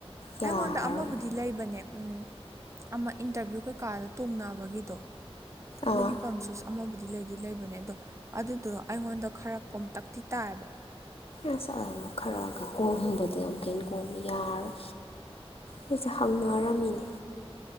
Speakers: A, on the left; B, on the right.
A: ꯌꯥꯔꯔꯣꯏ
B: ꯑꯩꯉꯣꯟꯗ ꯑꯃꯕꯨꯗꯤ ꯂꯩꯕꯅꯦ ꯎꯝ ꯑꯃ ꯏꯟꯇꯔꯚꯤꯌꯨ ꯀꯩꯀꯥꯗ ꯇꯣꯡꯅꯕꯒꯤꯗꯣ ꯑꯗꯨꯒꯤ
A: ꯑꯥ
B: ꯄꯝꯁꯨꯁ ꯑꯃꯕꯨꯗ ꯂꯩꯗꯤ ꯂꯩꯕꯅꯦ ꯑꯗꯣ ꯑꯗꯨꯗꯣ ꯑꯩꯉꯣꯟꯗ ꯈꯔ ꯀꯣꯝꯇꯛꯇꯤ ꯇꯥꯏꯕ
A: ꯑꯁ ꯑꯃ ꯈꯔꯒ ꯀꯣꯝꯕꯗꯣ ꯑꯃꯨꯛꯀ ꯀꯣꯕ ꯌꯥꯔꯣꯏ ꯑꯩꯁꯦ ꯍꯦꯅꯔꯝꯃꯤꯅꯦ